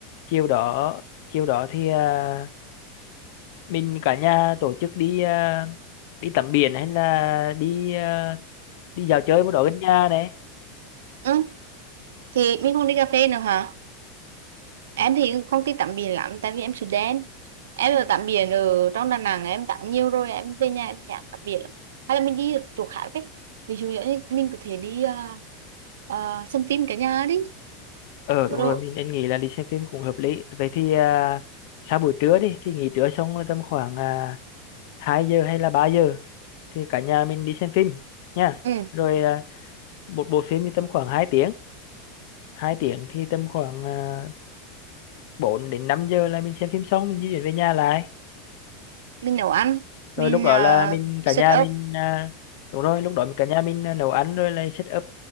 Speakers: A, on the left; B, on the right.
A: chiều đó chiều đó thì à, mình cả nhà tổ chức đi à, đi tắm biển hay là đi à, đi dạo chơi một đó gần nhà này
B: ừ thì mình không đi cà phê nữa hả em
A: Ừ.
B: thì không thích tắm biển lắm tại vì em Sudan đen em ở tắm biển ở trong Đà Nẵng em tắm nhiều rồi em về nhà em nhạt tắm biển lắm. hay là mình đi chỗ khác đấy ví dụ như mình có thể đi à, à, xem phim cả nhà đi
A: ờ đúng
B: rồi
A: rồi mình nên nghĩ là đi xem phim cũng hợp lý vậy thì à, sau buổi trưa đi thì nghỉ trưa xong là tầm khoảng à, 2 giờ hay là 3 giờ thì cả nhà mình đi xem phim nha
B: ừ
A: rồi à, một bộ phim thì tầm khoảng 2 tiếng hai tiếng thì tầm khoảng à, 4 đến 5 giờ là mình xem phim xong mình di chuyển về nhà lại
B: mình nấu ăn
A: rồi
B: mình
A: lúc đó là mình
B: uh,
A: cả
B: set
A: nhà mình à, đúng rồi lúc đó cả nhà mình à, nấu ăn rồi là set up